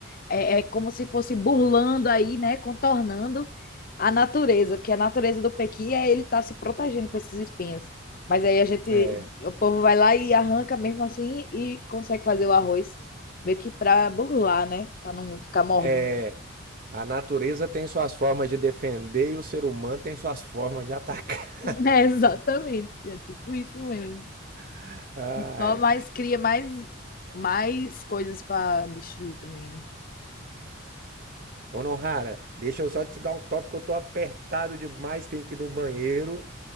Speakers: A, on the left; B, on the right.
A: é, é como se fosse burlando aí, né, contornando a natureza, porque a natureza do pequi é ele estar se protegendo com esses espinhos. Mas aí a gente,
B: É,
A: o povo vai lá e arranca mesmo assim e consegue fazer o arroz meio que para burlar, né, para não ficar mordendo.
B: é, A natureza tem suas formas de defender e o ser humano tem suas formas de atacar.
A: <laughs> É, exatamente. É tipo isso mesmo.
B: <laughs> Ai.
A: E só mais cria mais, mais coisas para destruir também, né?
B: Honorara, deixa eu só te dar um toque que eu tô apertado demais, tenho que ir no banheiro.